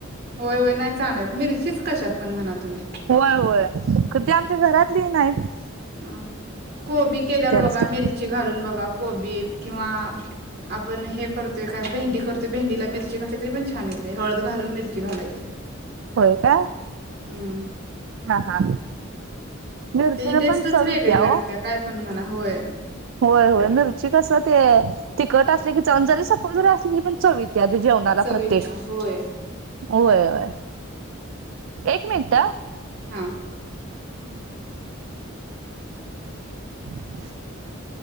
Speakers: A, on the right; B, on the right.
A: होय होय नाही चांगला लागत मिरचीच कशात पण म्हणा तुम्ही
B: होय होय खर ते आमच्या घरातले नाहीच
A: अ कोबी केल्यावर बघा
B: नुसता
A: मिरची घालून बघा कोबीत किंवा आपण हे करतोय काय भेंडी करतोय भेंडीला मिरची घाातली तरी पण छान येते हळद घालून मिरची घालायची
B: होय का
A: हम्म
B: हा हा मिरचीने
A: त्याची टेस्टच
B: पण चव
A: वेगळी
B: येत्या
A: लागते
B: ओ
A: काय पण म्हणा होय
B: होय होय मिरची कसं ते तिखट असले की चन जरी सपक जरी असली पण चव त्यात जेवणाला
A: चव
B: प्रत्येक
A: येत्या होय
B: होयय एक मिनिट
A: हा
B: <inaudible>